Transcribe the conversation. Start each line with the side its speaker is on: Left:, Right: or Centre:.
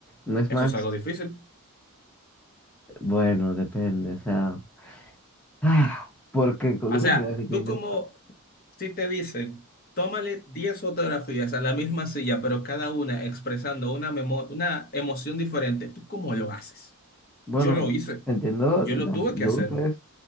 Centre: No es
Left: eso
Centre: más,
Left: es algo difícil.
Centre: bueno, depende, o sea, ah, porque con
Left: O
Centre: lo
Left: sea,
Centre: que sea difícil.
Left: tú como Si te dicen, tómale 10 fotografías a la misma silla, pero cada una expresando una memo- una emoción diferente, ¿tú cómo lo haces?
Centre: Bueno,
Left: Yo lo hice.
Centre: entiendo
Left: Yo
Centre: las
Left: lo tuve
Centre: luces,
Left: que hacer.